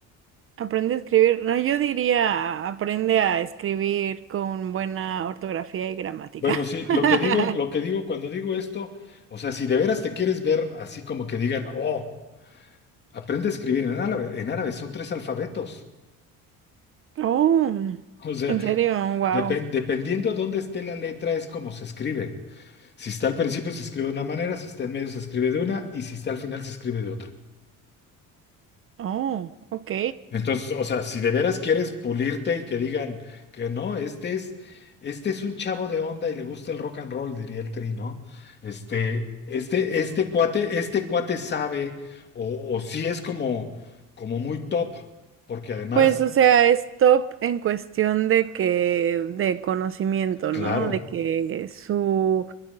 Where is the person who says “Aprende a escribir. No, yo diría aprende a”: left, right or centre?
Right